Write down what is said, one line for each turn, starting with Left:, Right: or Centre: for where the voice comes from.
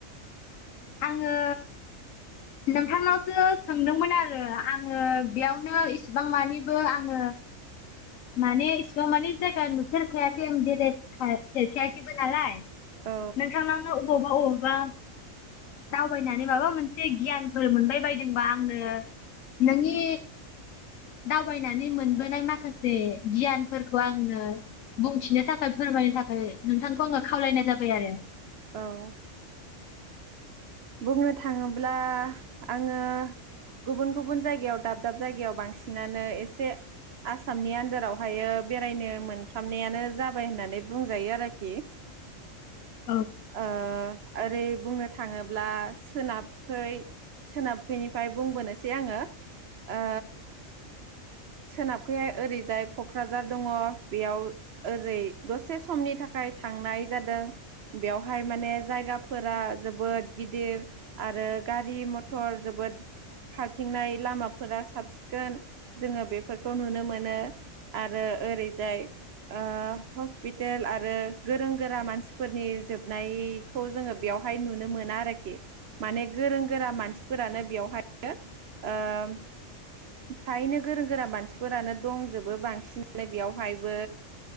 Left: आङो नोंथां नावसो सोंदों मोन आरो आङो बेयावनो इसिबां मानिबो आङो माने इसिबां मानि जायगा नुफेर खायाखै आं बेराय खा फेरखाया खैबो नालाय। नोंथां
Right: औ
Left: नावनो अबावबा अह बा दावबायनानै माबा मोनसे गियानफोर मोनबाय बायदोंबा आंनो नोंनि दावबायनानै मोनबोनाय माखासे गियानफोरखौ आंनो बुंथिनो थाखाय फोरमायनो थाखाय नोंथांखौ आङो खावलायनाय जाबाय आरो
Right: औ बुंनो थाङोब्ला आङो गुबुन गुबुन जायगायाव दाब दाब जायगायाव बांसिनानो एसे आसामनि आन्दारावहायो बेरायनो मोनफ्रामनायानो जाबाय होननानै बुंजायो आरोखि
Left: औ
Right: ओ आरै बुंनो थाङोब्ला सोनाबखै सोनाबखैनिफ्राय बुंबोनोसै आङो ओ सोनाबखैहाय ओरैजाय क'क्राझार दङ बेयाव ओरै दसे समनि थाखाय थांनाय जादों बेवहाय माने जायगाफोरा जोबोद गिदिर आरो गारि मथर जोबोद खारथिंनाय लामाफोरा साब सिखोन जोङो बेफोरखौ नुनो मोनो आरो ओरैजाय ओ हस्पितेल आरो गोरों गोरा मानसिफोरनि जोबनायखौ जोङो बेयाव हाय नुनो मोना आरोखि माने गोरों गोरा मानसिफोरानो बेवहाय फ्रायो ओ फ्रायनो गोरों गोरा मानसिफोरानो दंजोबो बांसिनानो बेयावहायबो